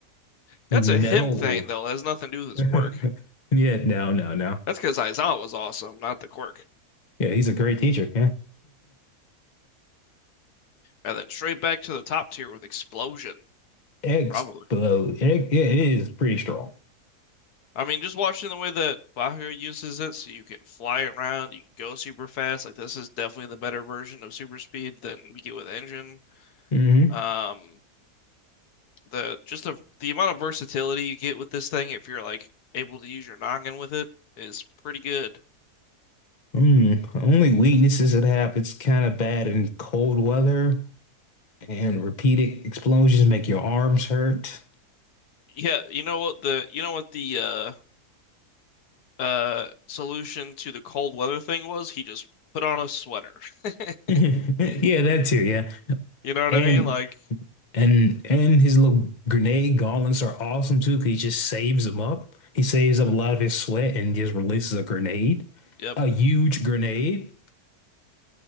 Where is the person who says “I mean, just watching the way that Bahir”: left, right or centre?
Left